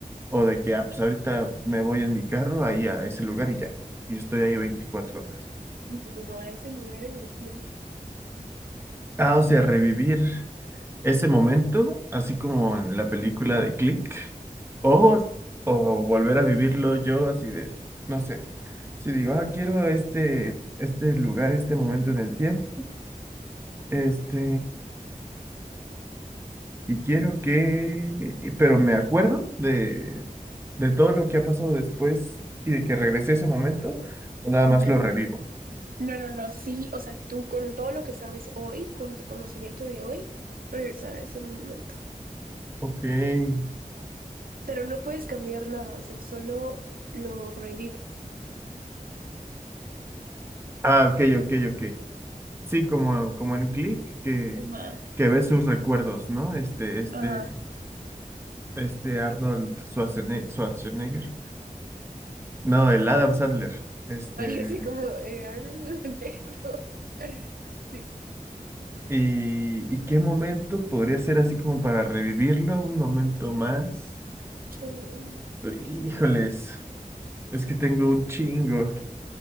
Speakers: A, on the right; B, on the right.
A: ¿O de que, ah, pues ahorita me voy en mi carro ahí a ese lugar y ya? Y estoy ahí veinticuatro horas.
B: No, no, no, a ese lugar en el tiempo.
A: Ah, o sea, revivir ese momento, así como en la película
B: Ajá,
A: de Click. O, o
B: ajá.
A: volver a vivirlo yo así de, no sé. Si digo, ah, quiero este, este lugar, este momento en el tiempo Este, y quiero que, y- pero me acuerdo de, de todo lo que ha pasado después y de que regresé a ese momento, o nada
B: Ujú.
A: más lo revivo.
B: No, no, no, sí, o sea, tú con todo lo que sabes hoy, con tu conocimiento de hoy, regresar a ese momento.
A: Ok.
B: Pero no puedes cambiar nada, o sea, solo lo revives.
A: Ah, ok, ok, ok. Sí, como, como en Click, que,
B: Ajá,
A: que ves sus recuerdos, ¿no? Este, este,
B: ajá.
A: este Arnold Schwarzeneg- Schwarzenegger. No, el Adam Sandler. Este.
B: Ay, así como, eh, a ver, <laughs> negro. Sí.
A: ¿Y, y qué momento podría ser así como para revivirlo? Un momento más.
B: Mm,
A: Híjoles, es que tengo un chingo.